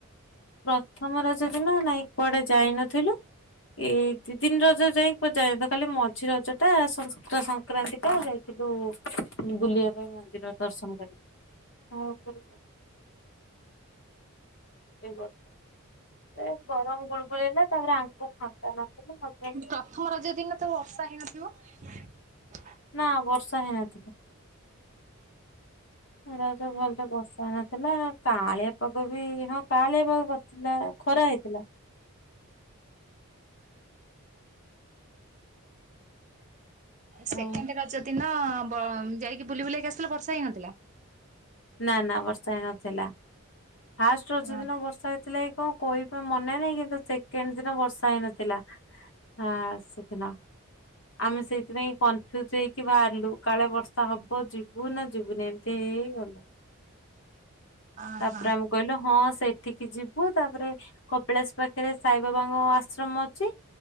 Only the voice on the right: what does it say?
ପ୍ରଥମ ରଜ ଦିନ ତ ବର୍ଷା ହେଇ ନଥିବ।
ସେକେଣ୍ଡ
ରଜ ଦିନ। ବ ଯାଇକି ବୁଲି ବୁଲାଇକି ଆସିଲ ବର୍ଷା ହେଇନଥିଲା।
ହଁ।
ଅହୋ